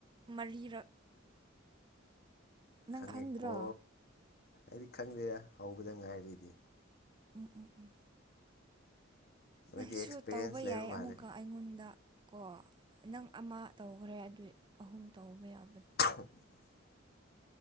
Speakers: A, on the right; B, on the left.
A: ꯃꯔꯤꯔꯛ ꯅꯪ
B: ꯈꯪꯉꯦꯀꯣ
A: ꯈꯪꯗ꯭ꯔꯣ
B: ꯑꯩꯗꯤ ꯈꯪꯗꯦ ꯍꯧꯕꯗ ꯉꯥꯏꯔꯤ ꯑꯩꯗꯤ
A: ꯎꯝ ꯎꯝ ꯎꯝ
B: ꯅꯣꯏꯗꯤ
A: ꯅꯪꯁꯨ
B: ꯑꯦꯛꯁꯄꯤꯔꯤꯌꯦꯟꯁ
A: ꯇꯧꯕ
B: ꯂꯩꯕ
A: ꯌꯥꯏ
B: ꯃꯥꯜꯂꯦ
A: ꯑꯃꯨꯛꯀ ꯑꯩꯉꯣꯟꯗ ꯀꯣ ꯅꯪ ꯑꯃ ꯇꯧꯈ꯭ꯔꯦ ꯑꯗꯨꯏ ꯑꯍꯨꯝ ꯇꯧꯕ ꯌꯥ
B: <unintelligible>